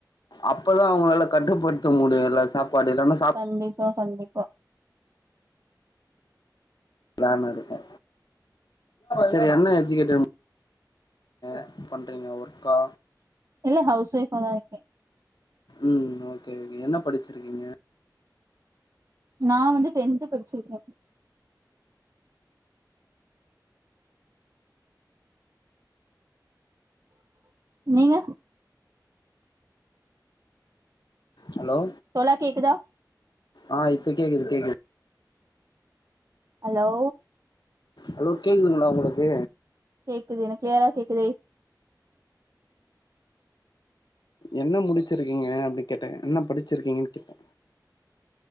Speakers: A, on the left; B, on the right.
A: அப்பதா அவங்களால கட்டுப்படுத்த முடியு எல்ல சாப்பாடு இல்லன்னா சாப்
B: கண்டிப்பா கண்டிப்பா
A: பிளான் இருக்கு சரி என்ன எஜுகேடிவ் அ பண்றீங்க ஒர்க்கா
B: இல்ல ஹவுஸ் ஒய்ஃப்பா தா இருக்கே
A: ம் ஓகே ஓகே என்ன படிச்சிருக்கீங்க
B: நா வந்து டென்த் படிச்சிருக்க நீங்க
A: ஹலோ
B: தோழா கேக்குதா
A: ஆ இப்ப கேக்குது கேக்குது
B: ஹலோ
A: ஹலோ கேக்குதுங்ளா உங்களுக்கு
B: கேக்குது எனக் கிளயரா கேக்குதே
A: என்ன முடிச்சிருக்கீங்க அப்டின் கேட்ட என்ன படிச்சிருக்கீங்கன் கேட்ட